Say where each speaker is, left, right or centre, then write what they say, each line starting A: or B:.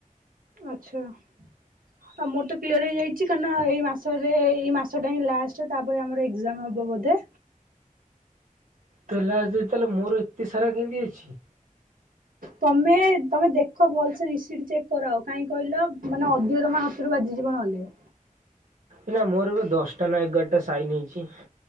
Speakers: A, on the right (about 85°); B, on the right (about 70°).
A: ଆଚ୍ଛା ଆଉ ମୋର ତ କ୍ଲିୟର ହେଇଯାଇଛି କାଇଁକିନା ଏଇସରେ ଏଇ ମାସରେ ଏଇ ମାସଟାହିଁ ଲାଷ୍ଟ ତାପରେ ଆମର ଏକ୍ଜାମ ହେବ ବୋଧେ
B: ତୋର ଲାଷ୍ଟ୍ ଜଦି ତାହାଲେ ମୋର ଏତେ ସାରା କେମିତି ଅଛି
A: ତମେ ତମେ ଦେଖ ଭଲସେ ରିସିବ୍ ଚେକ୍ କରାଅ କାହିଁକି କହିଲ ମାନେ ଅଧିକ ତମ ହାତ ହାତରୁ ବାଜିଯିବ ନହେଲେ
B: ଏନା ମୋର ଏବେ ଦଶଟା ନା ଏଗାରଟା ସାଇନ ହେଇଛି